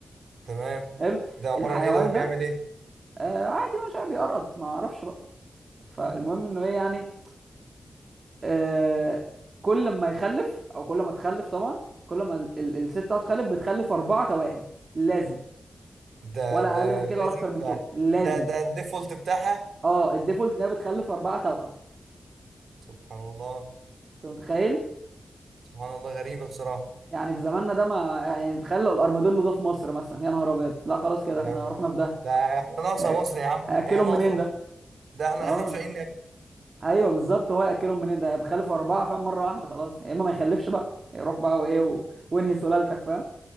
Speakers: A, on the right; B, on the right.
A: تمام
B: حلو
A: ده عباره
B: الحيوان
A: عن ايه ده بقى
B: ده
A: بيعمل ايه
B: آه عادي مش عارف بيقرقض ما اعرفش بقى فالمهم
A: <laughs>
B: انه ايه يعني آه كل ما يخلف او كل ما تخلف طبعا كل ما ال- ال- الست بتاعته تخلف بتخلف اربعه توائم لازم
A: ده
B: ولا
A: ده
B: اقل من كده
A: لازم
B: ولا اكتر من
A: ده
B: كده لازم
A: ده ده الديفولت بتاعها
B: اه الديفولت ان هي بتخلف اربعه توأم
A: سبحان الله
B: انت متخيل
A: سبحان الله غريبه بصراحه
B: يعني في زماننا ده ما يعني تخيلوا الارماديلو ده في مصر مثلا يا نهار ابيض لا خلاص كده
A: يعني
B: احنا رحنا في ده
A: ده احنا ناقصه
B: يعني
A: مصر يا عم
B: هياكلهم
A: هي ناقصه
B: منين ده
A: ده احنا
B: اه
A: احنا مش لاقيين ناكل
B: ايوه بالظبط هو هياكلهم منين ده بيخلف اربعه فاهم مره واحده خلاص يا اما ما يخلفش بقى يروح بقى وايه و... وانهي سلالتك فاهم